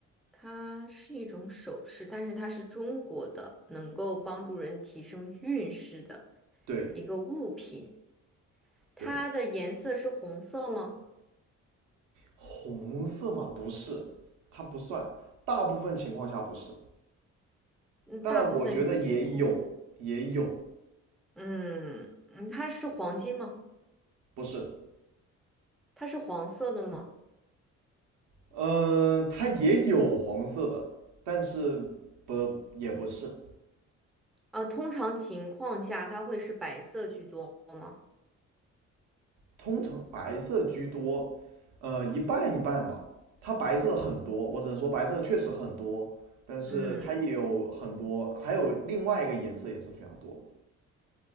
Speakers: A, in the centre; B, on the right.
A: 它是一种首饰，但是它是中国的，能够帮助人提升运势的
B: 对
A: 一个物品。它的颜色是红色吗？
B: 对，红色吗？不是，它不算，大部分情况下不是，
A: 嗯，
B: 但我觉得也有，
A: 大部分情况，
B: 也有，
A: 嗯嗯，它是黄金吗？
B: 不是，
A: 它是黄色的吗？
B: 嗯，它也有黄色的，但是不也不是，
A: 啊，通常情况下它会是白色居多吗？
B: 通常白色居多，呃，一半一半吧。它白色很多，我只能说白色确实很多，但是它也有很多，
A: 嗯
B: 还有另外一个颜色也是非常多的。